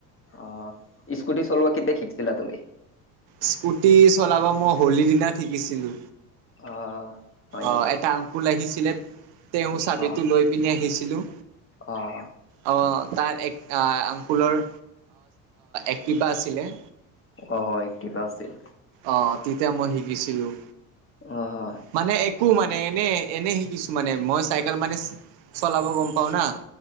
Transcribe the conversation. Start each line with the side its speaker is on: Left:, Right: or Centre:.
Left: অ' স্কুটি চলোৱা কেতিয়া শিকিছিলা তুমি?
Right: স্কুটি চলাব মই হোলীৰ দিনাত শিকিছিলো
Left: অ হয় নেকি
Right: অ' এটা আন স্কুল আহিছিলে তেওঁ চাবিটো
Left: অ
Right: লৈ পিনে আহিছিলোঁ।
Left: অ'।
Right: অঁ, তাৰ এক আংকুলৰ এক্টিভা আছিলে।
Left: অ' এক্টিভা আছিল।
Right: অঁ তেতিয়া মই শিকিছিলোঁ।
Left: অ' হয়।
Right: মানে একো মানে এনে, এনে শিকিছো মানে মই চাইকেল মানে চলাব গম পাওঁ না,